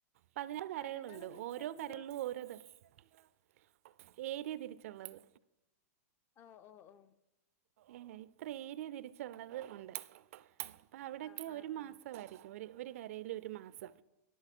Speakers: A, on the right; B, on the left.
A: പതിനാല് കരകളുണ്ട്
B: കരകളന്ന് വെച്ചാൽ
A: ഓരോ
B: എന്തുവാ
A: കരകളിലും ഓരോ- പറ്റേ <unintelligible> തിരിച്ചുള്ളത്
B: ഓ ഓ ഓ
A: ഏ ഇത്ര ഏരിയ തിരിച്ചുള്ളത് ഉണ്ട് അപ്പോം അവിടെയൊക്കെ
B: ആഹ് ആഹ്
A: ഒരു മാസമായിരിക്കും
B: ആഹ്
A: ഒരു- ഒരു <unintelligible> ഒരു മാസം